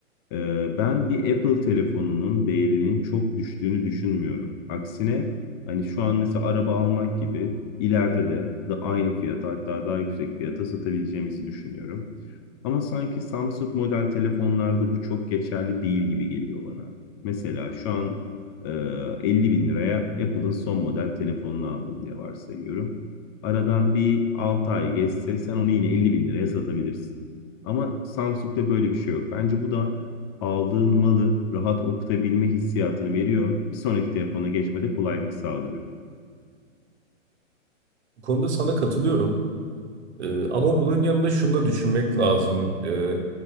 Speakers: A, on the left; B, on the right.
A: Ee, ben bir Apple telefonunun değerinin çok düştüğünü düşünmüyorum. Aksine hani şu an mesela araba almak gibi ileride de, de aynı fiyata hatta daha yüksek fiyata satabileceğimizi düşünüyorum. Ama sanki Samsung model telefonlarda bu çok geçerli değil gibi geliyor bana. Mesela şu an e, 50 bin liraya Apple'ın son model telefonunu aldım diye varsayıyorum. Aradan bir 6 ay geçse sen onu yine 50 bin liraya satabilirsin. Ama Samsung'da böyle bir şey yok. Bence bu da aldığın malı rahat okutabilme hissiyatını veriyor. Bir sonraki telefona geçmede kolaylık sağlıyor.
B: Bu konuda sana katılıyorum. E, Ama bunun yanında şunu da düşünmek lazım. E,